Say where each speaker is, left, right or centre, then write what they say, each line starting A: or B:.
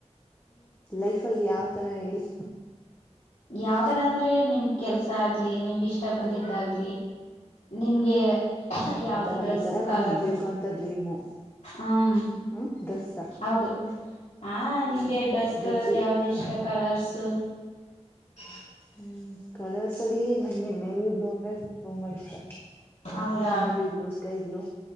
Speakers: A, on the left; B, on the left.
A: ಲೈಫ್ಲ್ಲಿ ಯಾವ್ದ ಅತ್ರ ಆಲಿ
B: ಯಾವ ತರ ಅಂದ್ರೆ ನಿಮ್ಗ್ ಕೆಲ್ಸ ಆಗ್ಲಿ ನಿಮ್ಗೆ ಇಷ್ಟ ಬಂದಿದ್ದಾಗ್ಲಿ ನಿಮಗೆ
A: ಹ್ಮ್
B: ಯಾವ್ದು
A: ಆತರ
B: ಡ್ರೆಸ್ಸ
A: ಈ ತರ ನಾನ್
B: ಕಲರು
A: ಇರ್ಬೇಕು ಅಂತ ಡ್ರೀಮು
B: ಹ್ಮ
A: ಹ್ಮ್ ಡ್ರೆಸ್
B: ಹೌದು ಹ ನಿಮಗೆ ಡ್ರೆಸ್ಗಳಲ್ಲಿ
A: ಡ್ರೆಸ್
B: ಯಾವ್ದ ಇಷ್ಟ ಕಲರ್ಸು ಹ
A: ಹ್ಮ್ ಕಲರ್ಸ ಅಲ್ಲಿ ನಂಗೆ ನೇವಿ ಬ್ಲೂ ಅಂದ್ರೆ ತುಂಬಾ ಇಷ್ಟ
B: ಹೌದಾ
A: ನೇವಿ ಬ್ಲೂ ಸ್ಕೈ ಬ್ಲೂ